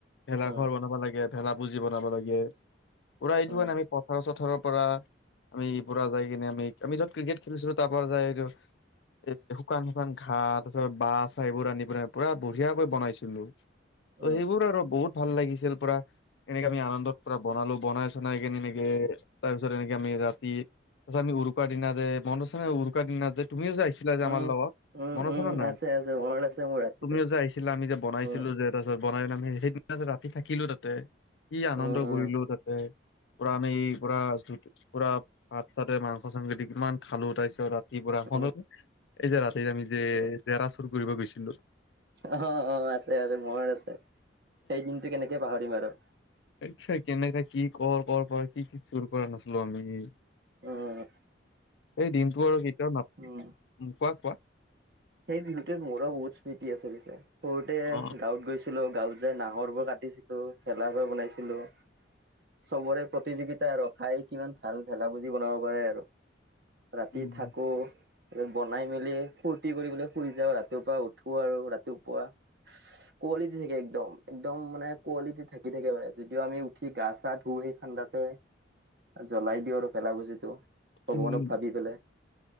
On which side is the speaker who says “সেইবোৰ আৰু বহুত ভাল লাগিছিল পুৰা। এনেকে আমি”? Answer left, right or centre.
Left